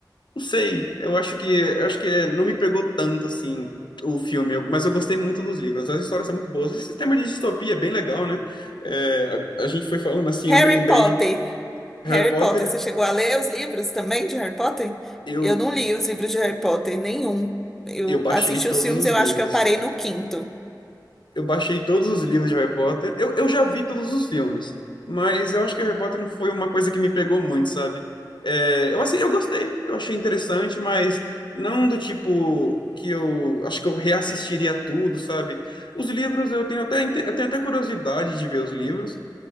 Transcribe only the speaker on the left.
não sei, eu acho que eu acho que não me pegou tanto assim o filme, eu- mas eu gostei muito dos livros. As histórias são muito boas. Esse sistema de distopia é bem legal, né? É, a, a gente foi falando assim,
eu me lembrei
Harry
Potter,
eu
eu baixei
todos
os
livros.
Eu baixei todos os livros de Harry Potter. Eu, eu já vi todos os filmes, mas eu acho que Harry Potter não foi uma coisa que me pegou muito, sabe? É, eu, assim, eu gostei, eu achei interessante, mas não do tipo que eu acho que eu reassistiria tudo, sabe? Os livros eu tenho até, inte- eu tenho até curiosidade de ver os livros,